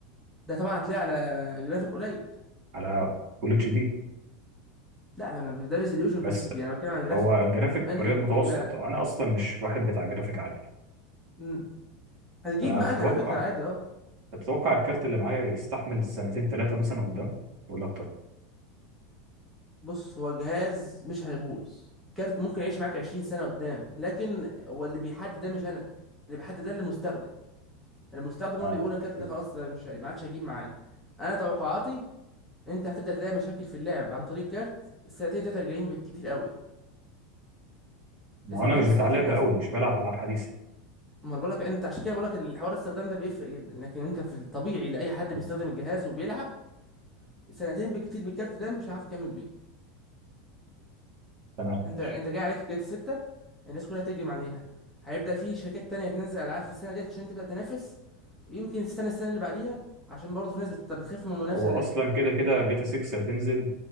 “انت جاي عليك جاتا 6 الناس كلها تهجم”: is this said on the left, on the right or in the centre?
Centre